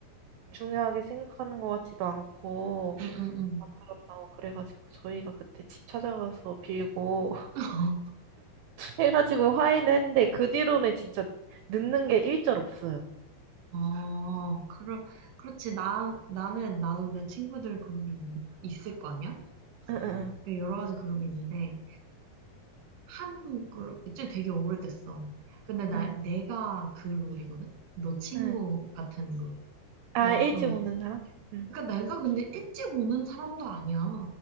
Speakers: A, on the right; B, on the right.
A: 중요하게 생각하는 것 같지도 않고,
B: 응, 응, 응.
A: 막 그런다고 그래가지고 저희가 그때 집 찾아가서 빌고 <laughs>
B: 응.
A: 해가지고 화해는 했는데 그 뒤로는 진짜 늦는 게 일절 없어요.
B: 어, 그러, 그렇지. 나, 나는, 나도 내 친구들 그룹이 있, 을거 아니야?
A: 응응응
B: 그 여러 가지 그룹이 있는데, 한 그룹, 이제 되게 오래됐어. 근데 나,
A: 응. 응.
B: 내가 그 롤이거든? 너 친구
A: 응.
B: 같은 롤.
A: 아
B: 내가
A: 일찍
B: 좀,
A: 오는 사람? 응.
B: 그러니까 내가 근데 일찍 오는 사람도 아니야.